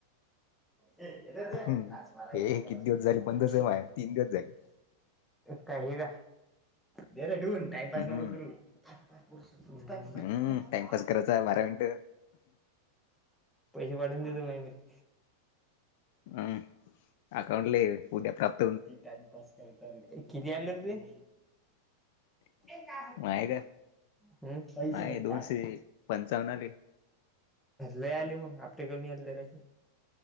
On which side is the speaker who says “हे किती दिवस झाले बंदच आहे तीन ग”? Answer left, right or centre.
Left